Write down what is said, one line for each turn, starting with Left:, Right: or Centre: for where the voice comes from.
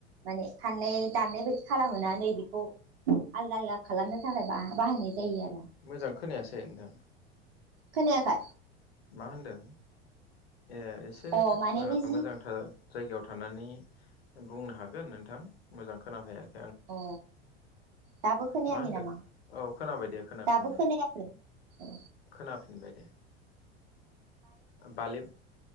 Right: माने फाननै दाननाय बायदि खालामोना नैबेखौ आलदा आलदा खालामनो थाखाय बा-बाहायनाय जायो आर
Left: मोजां खोनायासै नोंथां।
Right: खोनायाखै?
Left: मा होनदों? ए एसे
Right: अ माने बे जि
Left: मोजांथार जायगायाव थानानै बुंनो हागोन नोंथां मोजां खोनाफैया
Right: अ' दाबो खोनायाखै
Left: मा होनदों
Right: नामा,
Left: औ खोनाबाय दे खोनाफिनबाय
Right: दाबो खोनायाखै ओ?
Left: खोनाफिनबाय दे बालेब